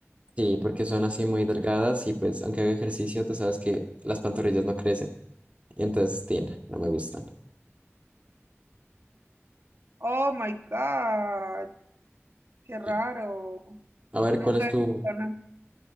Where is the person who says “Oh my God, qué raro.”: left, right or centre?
Right